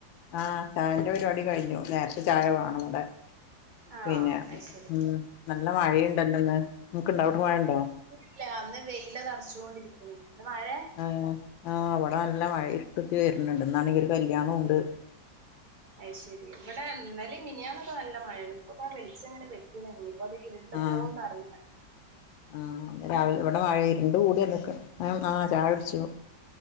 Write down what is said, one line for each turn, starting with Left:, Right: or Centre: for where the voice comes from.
Left: ആഹ ചായന്റെ പരിപാടി കഴിഞ്ഞു നേരത്തെ ചായ വേണം ഇവിടെ.
Right: ആണോ
Left: പിന്നെ
Right: അത് ശരി
Left: ഉം നല്ല മഴയുണ്ടല്ലോന്ന് നിങ്ങക്ക് ഉണ്ടോ അവിടെ മഴയുണ്ടോ?
Right: ഇല്ല അന്ന് വെയില നറച്ചുകൊണ്ടിരിക്കണ്. ഇന്ന് മഴയ?
Left: ആഹ് ആഹ് ഇവിടെ നല്ല മഴ ഇർട്ടുത്തി വര്ണുണ്ട് ഇന്നാണെങ്കി ഒരു കല്യാണവുണ്ട്.
Right: അയ് ശരി ഇവിടെ ന്നലൈം മിനിയാാനൊക്കെ നല്ല മഴയാണ് ഇപ്പൊപ്പോ വെളിച്ചങ്ങനെ വെക്ക് <unintelligible> ഇരുണ്ട്
Left: ആഹ്
Right: പോവോന്നറിയില്ല
Left: ആഹ് രാവിലെ ഇവിടെ ഇരുണ്ട് കൂടിയ നിക്ക് ആഹ് ചായുടിച്ചു